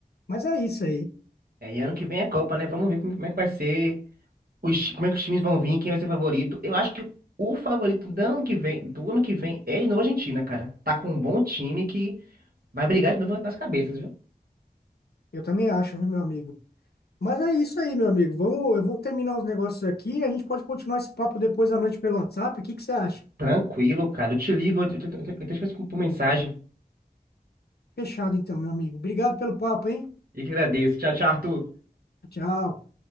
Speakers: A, on the left; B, on the right.
A: Mas é isso aí.
B: É, e ano que vem é Copa, né? Vamos ver como, como é que vai ser, os, como é que os times vão vir, quem vai ser favorito. Eu acho que o favorito do ano que vem, do ano que vem é de novo a Argentina, cara. Tá com um bom time que Vai brigar de novo nas cabeças, viu?
A: Eu também acho, viu, meu amigo? Mas é isso aí, meu amigo. Vamos, eu vou terminar os negócios aqui. e A gente pode continuar esse papo depois à noite pelo WhatsApp. O que que você acha?
B: Tranquilo, cara. Eu te ligo, eu te eu te- eu te- eu te escrevo por mensagem.
A: Fechado, então, meu amigo. Obrigado pelo papo, hein?
B: E que agradeço. Tchau, tchau, Arthur.
A: Tchau.